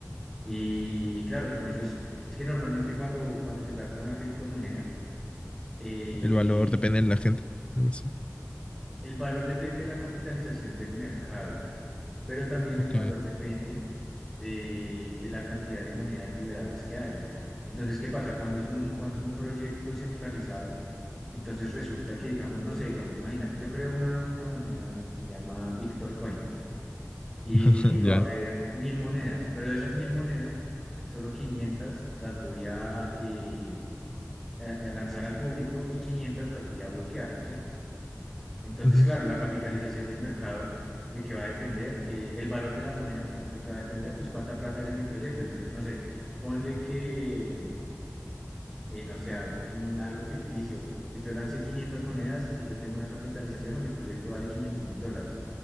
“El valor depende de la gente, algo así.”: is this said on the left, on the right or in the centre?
Left